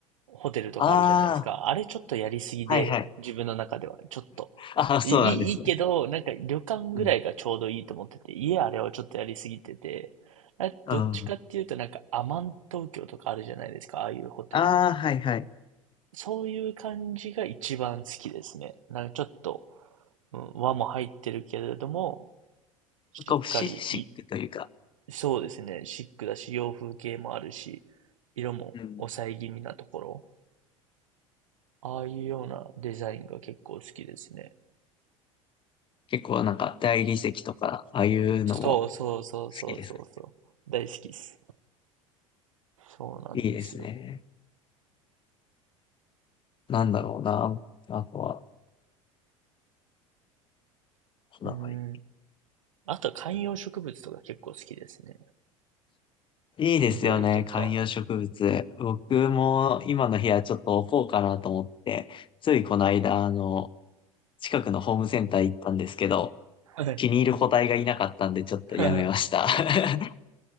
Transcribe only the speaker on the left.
あ
あ、はいはい。
ああ、そうなんですね。
うん。
うん。
ああ、はいはい。
こう、シシックというか、
うん
結構なんか大理石とか、ああいうのも好
きですか
いいですね。なんだろうな。あとは、こだわり。
いいですよね、
観葉植物。僕も今の部屋ちょっと置こうかなと思って、
ついこの間、あの、近くのホームセンター行ったんですけど、
気に入る個体がいなかったんでちょっとやめました。
<laughs>